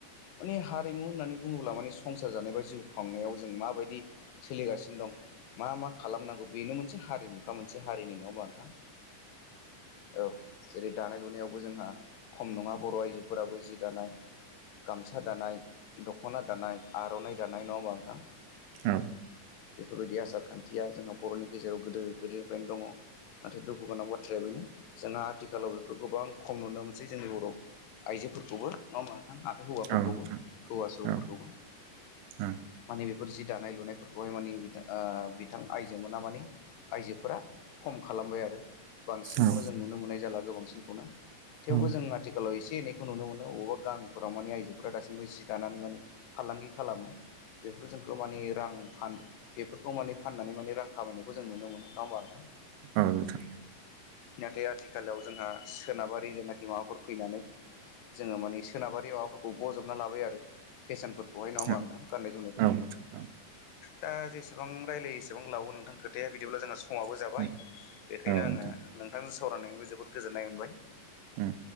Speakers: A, on the left (about 80°); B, on the right (about 85°).
A: माने हारिमु होननानै बुङोब्ला माने संसार जानाय बा जिउ खांनायाव जों माबायदि सोलिगासिनो दं मा मा खालामनांगौ बेनो मोनसे हारिमुखा मोनसे हारिनि नङा होमबा नोंथां औ जेरै दानाय लुनायावबो जोंहा खम नङा बर' आइजोफोराबो जि दानाय गामसा दानाय दख'ना दानाय आर'नाय दानाय नङा होमबा नोंथां
B: औ
A: बेफोरबायदि आसार खान्थिया जोंहा बर'नि गेजेराव गोदो गोदोनिफ्रायनो दङ नाथाय दुखु गोनां बाथ्राया बेनो जोंहा आथिखालाव बेफोरखौ गोबां खम नुनो मोनसै जोंनि बर'आव आइजोफोरखौबो नङा होमबा आरो हौवाफोरखौबो
B: औ नोंथां
A: हौवा सुबुंफोरखौबो
B: औ ओं
A: माने बेफोर जि दानाय लुनायफोरखौ बेवहाय माने बिथां बिथां आइजो मोना मानि आइजोफोरा खम खालामबाय आरो बांसिनखौनो
B: औ
A: जों नुनो मोननाय जाला गोबांसिनखौनो थेवबो
B: औ
A: जों आथिखालाव एसे एनैखौ नुनो मोनो बबावबा गामिफोराव माने आइजोफोरा दासिमबो जि दानानै माने फालांगि खालामो बेफोर जोंखौ माने रां फान बेफोरखौ माने फाननानै माने रां खामायनायखौ जों नुनो मोनो नङा होमबा नोंथां
B: औ नोंथां
A: नाथाय आथिखालाव जोंहा सोनाबारि जेनाखि माबाफोर फैनानै जोङो माने सोनाबारि माबाफोरखौ बजबना लाबाय आरो फेशनफोरखौहाय नङा
B: औ
A: होमबा नोंथां गाननाय जोमनायफोरखौ
B: औ नोंथां औ
A: दा जेसेबां रायलायो एसेबां लाबावो नोंथां खोथाया बिदिब्ला जोंना समाबो
B: ओं
A: जाबाय
B: औ
A: बेखायनो
B: नोंथां
A: आङो नोंथांजों सावरायनानैबो जोबोद गोजोननाय मोनबाय
B: ओं